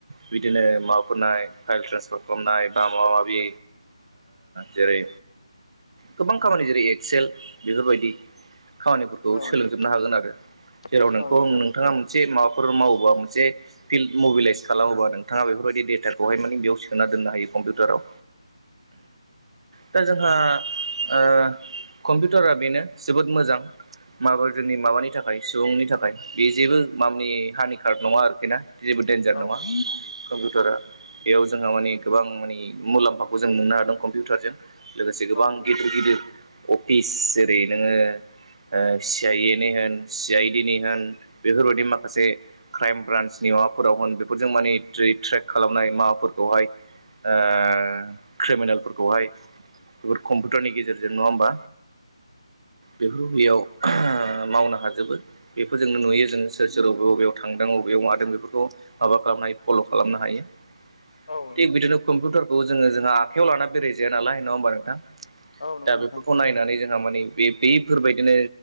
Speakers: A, on the right (about 65°); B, on the left (about 80°).
A: बिदिनो माबाफोरनाय फाइल ट्रेन्सफार खालामनाय बा माबा माबि जेरै गोबां खामानि जेरै एक्सेल बेफोरबायदि खामानिफोरखौ
B: औ
A: सोलोंजोबनो
B: नंगौ
A: हागोन आरो जेराव
B: नोंथां
A: नोंखौ नोंथाङा मोनसे माबाफोर मावोबा मोनसे फिल्ड मबिलाइस खालामोबा नोंथाङा बेफोरबायदि डेटाखौहाय माने बेयाव सो सोना दोननो हायो कम्पिउटाराव दा जोंहा ओ कम्पिउटारा बेनो जोबोद मोजां माबा जोंनि माबानि थाखाय सुबुंनि थाखाय बे जेबो मामानि हानि कार्ड नङा आरोखि ना जेबो देन्जार
B: औ
A: नङा कम्पिउटारा बेयाव जोंहा माने गोबां माने मुलाम्फाखौ जों मोननो हादों कम्पिउटारजों। लोगोसे गोबां
B: नंगौ नोंथां औ नंगौ औ नंगौ
A: गिदिर
B: नोंथां
A: गिदिर अफिस जेरै नोङो ओ सि आइ ए नि होन सि आइ डि नि होन बेफोरबायादि माखासे क्राइम ब्रान्सनि माबाफोराव होन बेफोरजों माने ट्रेक खालामनाय माबाफोरखौहाय ओ क्रिमिनेलफोरखौहाय बेफोर कम्पिउटारनि गेजेरजों नङा होमबा बेफोर बेयाव मावनो हाजोबो बेफोरजोंनो नुयो जोङो सोर सोर अबे अबेयाव थांदों अबेयाव मादों बेफोरखौ माबा खालामनो हायो फल' खालामनो हायो
B: औ
A: थिग बिदिनो कम्पिउटारखौ जोङो जोंहा आखाइायाव लाना बेरायजाया नालाय नङा होमबा नोंथां
B: नंगौ
A: दा बेफोरखौ नायनानै जों दा माने बे बेफोरबायदिनो